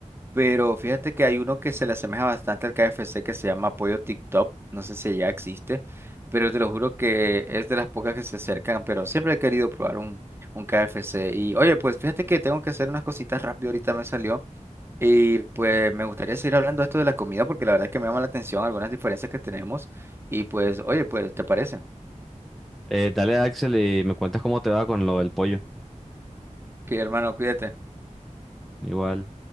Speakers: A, on the right; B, in the centre.
A: pero fíjate que hay uno que se le asemeja bastante al KFC que se llama Pollo tip top no sé si ya existe, pero te lo juro que es de las pocas que se acercan, pero siempre he querido probar un, un KFC. Y oye, pues fíjate que tengo que hacer unas cositas rápido, ahorita me salió, y pues me gustaría seguir hablando de esto de la comida porque la verdad es que me llama la atención algunas diferencias que tenemos, y pues oye, pues ¿te parece?
B: Eh, dale Axel y me cuentas cómo te va con lo del pollo.
A: Que hermano, cuídate.
B: Igual.